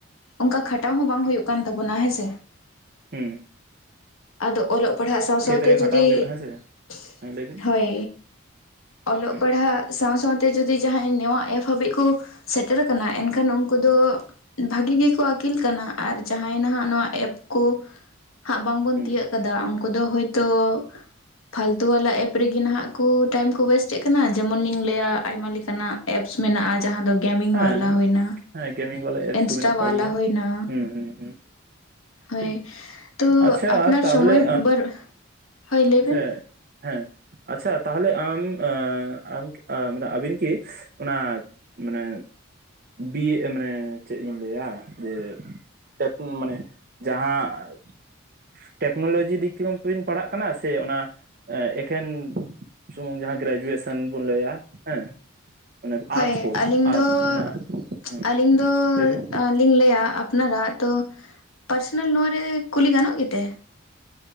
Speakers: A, on the left (about 85°); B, on the right (about 45°).
A: ᱚᱱᱠᱟ ᱠᱷᱟᱴᱟᱣ ᱦᱚᱸ ᱵᱟᱝ ᱦᱩᱭᱩᱜ ᱠᱟᱱ ᱛᱟᱵᱚᱱᱟ ᱦᱮᱸ ᱥᱮ
B: ᱢᱸᱻ
A: ᱟᱫᱚ ᱚᱞᱚᱜ ᱯᱟᱲᱦᱟᱜ ᱥᱟᱶ ᱥᱟᱶᱛᱮ
B: ᱨᱮ
A: ᱡᱩᱫᱤ
B: ᱠᱷᱟᱴᱟᱣ ᱦᱩᱭᱩᱜᱼᱟ ᱦᱮᱸ ᱥᱮ
A: <inaudible>
B: ᱦᱮᱸ ᱞᱟᱹᱭ ᱵᱤᱱ
A: ᱦᱳᱭ ᱚᱞᱚᱜ
B: ᱦᱩᱸ
A: ᱯᱟᱲᱦᱟᱜ ᱥᱟᱶ ᱥᱟᱶᱛᱮ ᱡᱩᱫᱤ ᱡᱟᱦᱟᱸᱭ ᱱᱚᱣᱟ ᱮᱯ ᱦᱟᱹᱵᱤᱡ ᱠᱚ ᱥᱮᱴᱮᱨ ᱟᱠᱟᱱᱟ ᱮᱱᱠᱷᱟᱱ ᱩᱱᱠᱩ ᱫᱚ ᱵᱷᱟᱹᱜᱤ ᱜᱮᱠᱚ ᱟᱹᱠᱤᱞ ᱠᱟᱱᱟ ᱟᱨ ᱡᱟᱦᱟᱸᱭ ᱱᱟᱦᱟᱜ ᱱᱚᱣᱟ ᱮᱯ ᱠᱚ ᱦᱟᱸᱜ ᱵᱟᱝᱵᱚᱱ
B: ᱦᱩᱸ
A: ᱛᱤᱭᱳᱜ ᱠᱟᱫᱟ ᱩᱱᱠᱩ ᱫᱚ ᱦᱳᱭᱛᱳ ᱯᱷᱟᱞᱛᱩ ᱣᱟᱞᱟ ᱮᱯ ᱨᱮᱜᱮ ᱱᱟᱦᱟᱜ ᱠᱚ ᱴᱟᱭᱤᱢ ᱠᱚ ᱚᱳᱭᱮᱥᱴ ᱮᱜ ᱠᱟᱱᱟ ᱡᱮᱢᱚᱱᱤᱧ ᱞᱟᱹᱭᱟ ᱟᱭᱢᱟ ᱞᱮᱠᱟᱱᱟᱜ ᱮᱯᱥ ᱢᱮᱱᱟᱜᱼᱟ ᱡᱟᱦᱟᱸ ᱫᱚ ᱜᱮᱢᱤᱝ
B: ᱦᱮᱸ
A: ᱵᱟᱞᱟ ᱦᱩᱭᱱᱟ
B: ᱦᱮᱸ ᱜᱮᱢᱤᱝ ᱵᱟᱞᱟ ᱮᱯ
A: ᱤᱱᱥᱴᱟ
B: ᱠᱚ ᱢᱮᱱᱟᱜ ᱟᱠᱟᱜ
A: ᱵᱟᱞᱟ
B: ᱜᱮᱭᱟ
A: ᱦᱩᱭᱱᱟ
B: ᱦᱩᱸ ᱦᱩᱸ ᱦᱸ <inaudible>
A: ᱦᱳᱭ
B: ᱴᱷᱤᱠ
A: ᱛᱚ
B: ᱟᱪᱪᱷᱟ
A: ᱟᱯᱱᱟᱨ
B: ᱛᱟᱦᱚᱞᱮ
A: ᱥᱚᱢᱚᱭ ᱵᱟᱨ ᱦᱳᱭ ᱞᱟᱹᱭ
B: ᱥᱮ
A: ᱵᱮᱱ
B: ᱦᱮᱸ ᱟᱪᱪᱷᱟ ᱛᱟᱦᱚᱞᱮ ᱟᱢ ᱟᱢ ᱠᱤ ᱼᱼ ᱢᱟᱱᱮ ᱟᱹᱵᱤᱱ ᱠᱤ ᱚᱱᱟ ᱢᱟᱱᱮ ᱵᱤᱻᱮ ᱢᱟᱱᱮ ᱪᱮᱫ ᱤᱧ ᱞᱟᱹᱭᱟ ᱡᱮ ᱯᱮ ᱯᱩᱱ ᱢᱟᱱᱮ ᱡᱟᱦᱟᱸ ᱴᱮᱠᱱᱳᱞᱚᱡᱤ ᱫᱤᱠ ᱛᱮᱜᱮᱵᱤᱱ ᱯᱟᱲᱦᱟᱜ ᱠᱟᱱᱟ ᱥᱮ ᱚᱱᱟ ᱮᱠᱷᱮᱱ ᱥᱩᱢᱩᱝ ᱡᱟᱦᱟᱸ ᱜᱨᱮᱡᱩᱭᱮᱥᱚᱱ ᱵᱚᱱ ᱞᱟᱹᱭᱟ ᱦᱮᱸ ᱢᱟᱱᱮ
A: ᱦᱳᱭ
B: ᱟᱨᱴᱥ ᱠᱳᱨᱥ
A: ᱟᱹᱞᱤᱧ
B: ᱟᱨᱴᱥ
A: ᱫᱚ
B: ᱚᱱᱟ
A: <inaudible>
B: ᱦᱮᱸ
A: ᱟᱹᱞᱤᱧ ᱫᱚ
B: ᱞᱟᱹᱭ ᱵᱤᱱ
A: ᱵᱟᱞᱤᱧ ᱞᱟᱹᱭᱟ ᱟᱯᱱᱟᱨᱟᱜ ᱛᱚ ᱯᱟᱨᱥᱚᱱᱟᱞ ᱱᱚᱶᱟ ᱨᱮ ᱠᱩᱞᱤ ᱜᱟᱱᱚᱜ ᱜᱮᱛᱮ